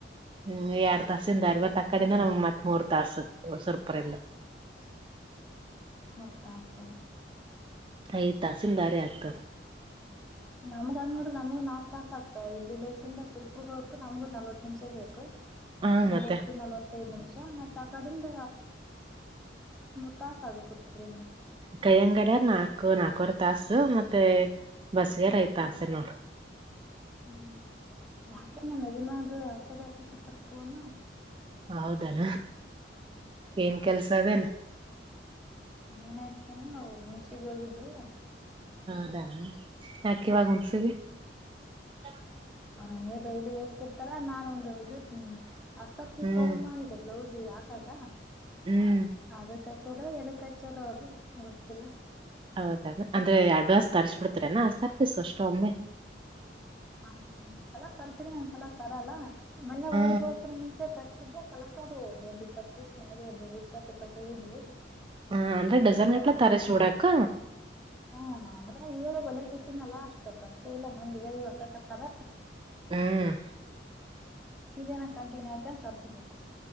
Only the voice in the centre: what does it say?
ಬತ್ತ ಹಾಸ
ನಮ್ಗಂಗ ನೋಡ್ರ ನಮಗಗ್ ನಾಕಕ್ ತಾಸ ಆಗ್ತದೆ ಇಲ್ಲಿ ಲೇಸಿಂದ ಸ್ವಲ್ಪ ಹಗೋಕು ನಮಗು ನಲ್ವತ್ತು ನಿಮಿಷ ಬೇಕು
ನಲವತ್ತು
ನಲವತ್ತೈದು ನಿಮಿಷ ಮತ್ತೆ ಆ ಕಡಿಂದ ಮೂರು ತಾಸ ಆಗಸ ಹರ
ಹ್ಮ್ ಯಾಕೆ ನ್ ಮದಿ ಮಾಡ್ರು ಆಚಾರಿ ಆಚಕತ್ತರ್ ಪಣ
ಏನಾಯ್ತಲ್ಲ ಮುಂಚೆ ಚಿಗೋಗಿದ್ದ್ರಲ್ಲ
ಅವ್ರ ಹಂಗೆ ಡೈಲಿ ಹೋಗ್ತಿರ್ತಾರ ನಾನನ್ ಒಂದು್ ಐದು ಹಷ್ಟತ್ ಪೀಸ್
ತಗೊಂಬಂದಿದೆ ಬ್ಲೌಸ್ ಹಾಕದಾ
ಅದಕ್ಕೆ ಚರೋ ಎದಕ್ಕಾಚರೋ ಅದು ಗೊತಿಲ್ಲ
ಹ ಸಲ ತರ್ತೀರಿ ಒನ್ ಸಲ ತರಲ್ಲ ಮನ್ನೆ
ಊರಿಗೆ ಹೋಗ್ತ್ರೆ ಮುಂಚೆ ತರ್ ಸಿದ್ಯ ಕಲಸ ಅದುವೇ ಅವು ಇಪ್ಪತ್ತು ಪೀಸ್ ಮ್ಯಾಗೆ ಅದ್ದವು ಇಪ್ಪತ್ತ ಇಪ್ಪತ್ತೈರ ಇದ್ವು
ಈಗ
ಹ್ಮ್ ಆದ್ರ ಇವರು ಒಲಕತ್ತಿನಲ್ಲ ಅಷ್ಟು ಪರಿಚಯ ಇಲ್ಲ ಮಂದಿಗ ಇವಕಕತ್ತಾರ
ಇದೇನ ಕಂಟಿನ್ಯೂ ಆಯತ ಅನ್ ತರ್ಸಬೇಕು